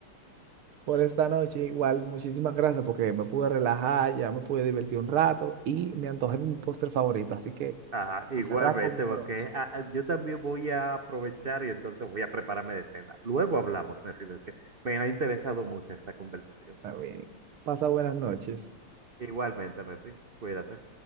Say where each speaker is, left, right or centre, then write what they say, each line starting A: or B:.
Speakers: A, on the right (about 75°); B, on the right (about 35°).
A: por esta noche. Igual, muchísimas gracias porque me pude relajar, ya me pude divertir un rato y me antojé de mi postre favorito. Así que
B: Ah, igualmente,
A: a cerrar con
B: porque
A: broche.
B: ah, ah, yo también voy a aprovechar y entonces voy a prepararme de cena. Luego hablamos, Mefi, porque me ha interesado mucho esta conversación.
A: Está bien. Pasa buenas noches.
B: Igualmente, Mefi, cuídate.